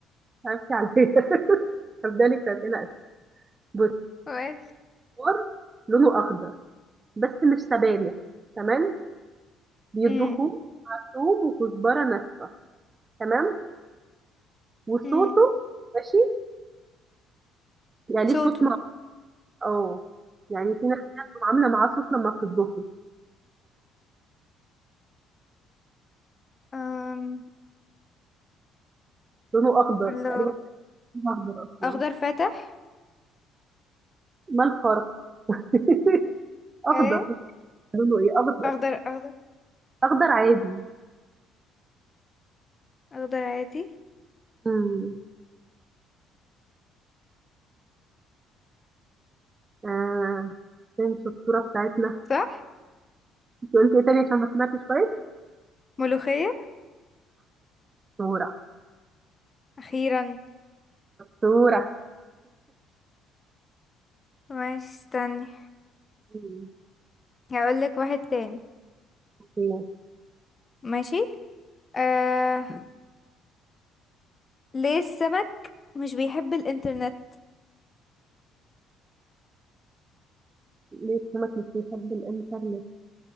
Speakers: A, on the right; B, on the left.
A: هبكي عليها <laughs> هبدا لك اسئله أسهل. بص
B: ماشي
A: فور لونه اخضر بس مش سبانخ تمام بيطبخوه
B: امم
A: ثوم وكزبره ناشفه تمام وصوته
B: امم
A: ماشي يعني ليه
B: صوته
A: صوت مع اه يعني في ناس كده بتبقى عامله معاه صوت لما بتطبخه
B: أم...
A: لونه اخضر
B: لو
A: تقريبا لونه اخضر اصلا
B: اخضر فاتح
A: ما الفرق <laughs> اخضر
B: ايه
A: لونه ايه اخضر
B: اخضر اخضر
A: اخضر عادي
B: اخضر عادي
A: امم آه. فين الصورة بتاعتنا
B: صح
A: انت قلت ايه تاني عشان ما سمعتش كويس
B: ملوخية
A: صورة
B: اخيرا
A: صورة
B: ماشي استني
A: مم.
B: هقولك واحد تاني
A: اوكي
B: ماشي آه... ليه السمك مش بيحب الانترنت
A: ليه السمك مش بيحب الانترنت